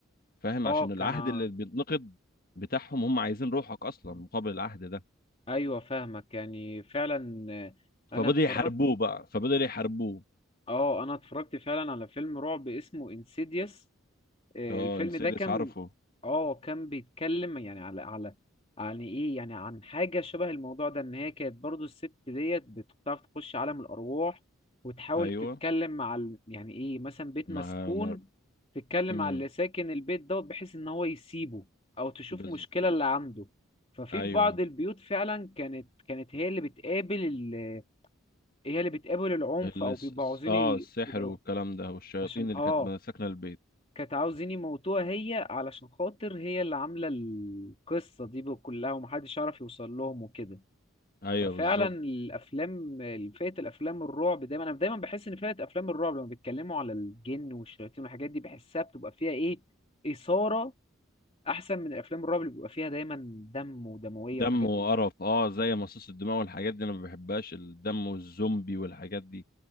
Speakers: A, on the left (about 45°); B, on the left (about 30°).
A: فاهم
B: اه
A: عشان العهد
B: كان ع-
A: اللي بيتنقض بتاعهم هم عايزين روحك اصلا
B: مم.
A: مقابل العهد ده
B: ايوه فاهمك يعني فعلا آه،
A: فبدأوا
B: انا اتفرجت
A: يحاربوه بقى فبدأوا يحاربوه
B: اه انا اتفرجت فعلا على فيلم رعب اسمه انسيديوس آه،
A: اه
B: الفيلم
A: انسيدس
B: ده كان
A: عارفه
B: اه كان بيتكلم يعني على على يعني ايه يعني عن حاجة شبه الموضوع ده ان هي كانت برضو الست ديت بتعرف تخش عالم الارواح وتحاول
A: ايوه
B: تتكلم مع ال... يعني ايه مثلا بيت
A: مع
B: مسكون
A: مر...
B: تتكلم
A: مم.
B: على اللي ساكن البيت دوت بحيث ان هو يسيبه او تشوف
A: بز...
B: مشكلة اللي عنده ففي في
A: ايوه
B: بعض البيوت فعلا كانت كانت هي اللي بتقابل ال... هي اللي بتقابل العنف
A: ال...
B: او بيبقوا
A: الس- الس-
B: عاوزين
A: اه السحر
B: يضربوا
A: والكلام ده والشياطين
B: عشان
A: اللي
B: اه
A: كانت ساكنه البيت
B: كانت عاوزين يموتوها هي علشان خاطر هي اللي عاملة القصة دي بقى كلها ومحدش يعرف يوصل لهم وكده
A: ايوه
B: ففعلا
A: بالظبط
B: الأفلام فئة الأفلام الرعب دايما أنا دايما بحس إن فئة أفلام الرعب لما بيتكلموا على الجن والشياطين والحاجات دي بحسها بتبقى فيها إيه إثارة أحسن من الأفلام الرعب اللي بيبقى فيها دايما دم ودموية
A: دم
B: وحاجات
A: وقرف
B: من دي
A: اه زي مصاص الدماء والحاجات دي انا ما بحبهاش الدم والزومبي والحاجات دي